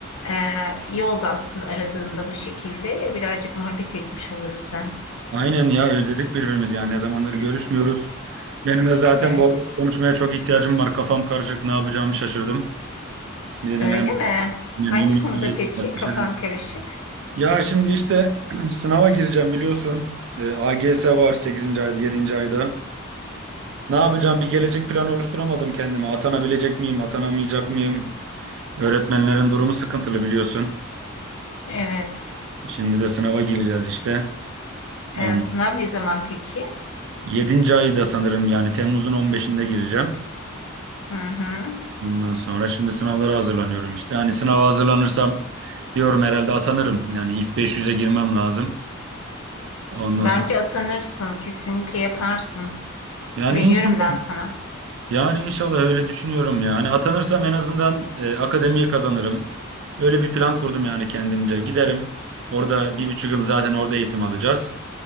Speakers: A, on the left; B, on the right.
A: Ee, iyi oldu aslında aradığında bu şekilde. Birazcık muhabbet etmiş oluruz sen.
B: Aynen ya özledik birbirimizi ya ne zamandır görüşmüyoruz. Benim de zaten
A: Evet.
B: bu arada konuşmaya çok ihtiyacım var. Kafam karışık ne yapacağımı şaşırdım. Bir dedim
A: Öyle
B: hem
A: mi?
B: yani
A: Hangi
B: Ümmü'yle
A: konuda
B: arayıp
A: peki?
B: dertleşelim.
A: Kafan karışık.
B: Ya şimdi işte <clears throat> sınava gireceğim biliyorsun. Ee, AGS var sekizinci ayda 7. ayda. Ne yapacağım bir gelecek planı oluşturamadım kendime. Atanabilecek miyim atanamayacak mıyım? Öğretmenlerin durumu sıkıntılı biliyorsun.
A: Evet.
B: Şimdi de sınava gireceğiz işte. On,
A: Ee, sınav ne zaman peki?
B: yedinci ayı da sanırım yani Temmuz'un on beşinde gireceğim.
A: Hı hı.
B: Ondan sonra şimdi sınavlara hazırlanıyorum işte. Hani sınava hazırlanırsam diyorum herhalde atanırım. Yani ilk beş yüze girmem lazım. Ondan
A: Bence
B: sonra
A: atanırsın. Kesinlikle yaparsın.
B: yani
A: Güveniyorum
B: inşallah,
A: ben sana.
B: yani inşallah öyle düşünüyorum ya. Hani atanırsam en azından e, akademiyi kazanırım. Öyle bir plan kurdum yani kendimce. Giderim. Orada bir buçuk yıl zaten orada eğitim alacağız.